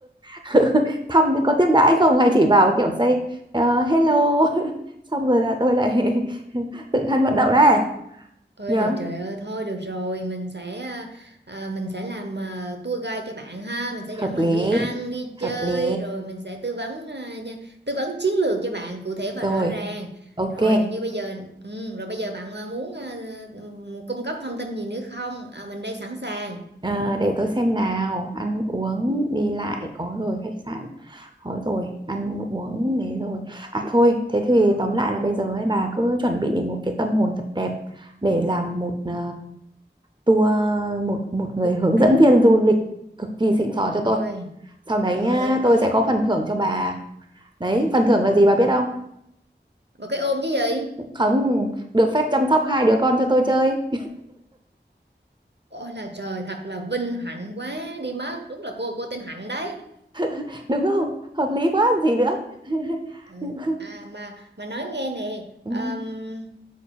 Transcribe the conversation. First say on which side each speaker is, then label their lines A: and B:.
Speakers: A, on the right (about 25°); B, on the right (about 65°).
A: <laughs> thăm thì có tiếp đãi không hay chỉ vào kiểu say ờ, hello <laughs> xong rồi là tôi lại <laughs> tự thân vận động đấy
B: Ơi
A: nhớ
B: là trời ơi thôi được rồi mình sẽ à, à, mình sẽ làm à, tour guide cho bạn ha mình sẽ
A: hợp
B: dẫn
A: lý
B: bạn đi ăn đi
A: hợp
B: chơi
A: lý
B: rồi mình sẽ tư vấn à, nha- tư vấn chiến lược cho bạn cụ thể và
A: rồi
B: rõ ràng
A: ok
B: rồi như bây giờ ừ, rồi bây giờ bạn à, muốn à, ừm, cung cấp thông tin gì nữa không à, mình đây sẵn sàng
A: Ờ, để tôi xem nào ăn uống đi lại có rồi khách sạn có rồi ăn uống đấy rồi à thôi thế thì tóm lại là bây giờ ấy bà cứ chuẩn bị một cái tâm hồn thật đẹp để làm một ờ, tour một một người
B: tour
A: hướng
B: guide
A: dẫn viên du lịch cực kỳ xịn sò cho
B: rồi
A: tôi sau đấy
B: rồi
A: á,
B: ok
A: tôi sẽ có phần thưởng cho bà đấy
B: <laughs>
A: phần thưởng là gì bà biết không
B: một cái ôm chứ gì
A: không được phép chăm sóc hai đứa con cho tôi chơi
B: ôi là trời thật là vinh hạnh quá đi mất đúng là cô cô tên Hạnh đấy
A: <laughs> đúng không hợp lý quá gì nữa <laughs>
B: ừ. à mà mà nói nghe nè
A: Ừ.
B: um,